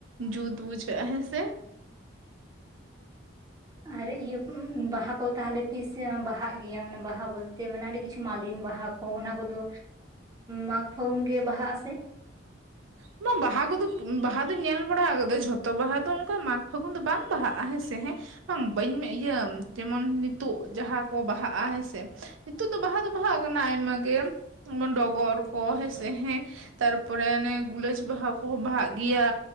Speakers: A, on the right (about 85°); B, on the right (about 20°).
A: ᱡᱩᱛ ᱵᱩᱡᱷᱟᱹᱜᱼᱟ ᱦᱮᱸᱥᱮ᱾
B: ᱟᱨ ᱤᱭᱟᱹ ᱵᱟᱦᱟ ᱠᱚ ᱛᱟᱦᱚᱞᱮ ᱛᱤᱥ ᱵᱟᱦᱟᱜ ᱜᱮᱭᱟ ᱢᱟᱱᱮ ᱵᱟᱦᱟ ᱵᱚᱞᱛᱮ ᱢᱟᱱᱮ ᱟᱹᱰᱤ ᱠᱤᱪᱷᱩ ᱢᱟᱞᱤᱱ ᱵᱟᱦᱟ᱾ ᱠᱚ ᱚᱱᱟ ᱠᱚᱫᱚ ᱢᱟᱜᱽ ᱯᱷᱟᱜᱩᱱ ᱜᱮ ᱵᱟᱦᱟᱜ ᱟᱥᱮ? <inaudible>
A: ᱵᱟᱝ ᱵᱟᱦᱟ ᱠᱚᱫᱚ ᱫᱩᱧ ᱵᱟᱦᱟ ᱫᱚᱧ ᱧᱮᱞ ᱵᱟᱲᱟ ᱠᱟᱫᱟ ᱡᱷᱚᱛᱚ ᱵᱟᱦᱟ ᱫᱚ ᱚᱱᱠᱟ ᱢᱟᱜᱽ ᱯᱷᱟᱹᱜᱩᱱ ᱫᱚ ᱵᱟᱝ ᱵᱟᱦᱟᱜᱼᱟ ᱦᱮᱸᱥᱮ ᱦᱮᱸ, ᱵᱟᱝ ᱵᱟᱹᱧ ᱤᱭᱟᱹ ᱡᱮᱢᱚᱱ ᱱᱤᱛᱳᱜ ᱡᱟᱦᱟᱸ ᱠᱚ ᱵᱟᱦᱟᱜᱼᱟ ᱦᱮᱸᱥᱮ, ᱱᱤᱛᱚᱜ ᱫᱚ ᱵᱟᱦᱟ ᱫᱚ ᱵᱟᱦᱟᱜ ᱠᱟᱱᱟ ᱟᱭᱢᱟ ᱜᱮ ᱡᱮᱢᱚᱱ ᱰᱚᱜᱚᱨ ᱠᱚ ᱦᱮᱸᱥᱮ ᱦᱮᱸ ᱛᱟᱨ ᱛᱟᱯᱚᱨᱮ ᱚᱱᱮ ᱜᱩᱞᱟᱹᱡᱽ ᱵᱟᱦᱟ ᱠᱚᱦᱚᱸ ᱵᱟᱦᱟᱜ ᱜᱮᱭᱟ